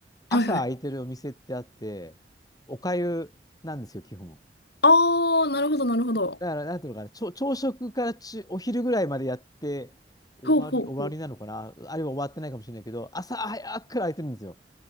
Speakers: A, on the left; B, on the left.
A: はいはい。
B: 朝空いてるお店ってあって、お粥なんですよ、基本。
A: ああ、なるほど、なるほど。
B: だから、なんていうのかな、ちょ朝食からち、お昼ぐらいまでやって、終わり、
A: ほうほうほう。
B: 終わりなのかな、あるいは終わってないかもしれないけど、朝早くから空いてるんですよ。